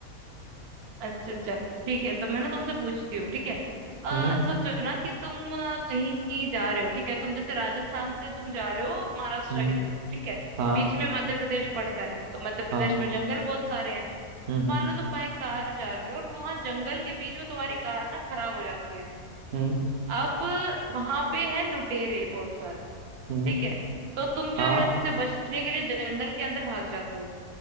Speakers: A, on the right (about 80°); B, on the right (about 60°).
A: अच्छा अच्छा ठीक है तो मैं ना तुमसे पूछती हूँ ठीक है अ
B: हम्म
A: सोचो ना कि तुम अ, कहीं जा रहे हो ठीक है तुम जैसे राजस्थान से तुम जा रहे हो महाराष्ट्र
B: हम्म
A: की तरफ ठीक है
B: हाँ
A: बीच में मध्य प्रदेश पड़ता है तो मध्य प्रदेश
B: हाँ
A: में जंगल बहुत सारे हैं
B: हम्म हम्म
A: मान लो तुम बाइक कार जा रहे हो और वहां जंगल के बीच में तुम्हारी कार ना खराब हो जाती है
B: हम्म
A: अब वहां पे है लुटेरे बहुत सारे
B: हम्म
A: ठीक है तो तुम जो
B: हाँ
A: है उनसे बचने के लिए जंगल के अंदर भाग जाते हो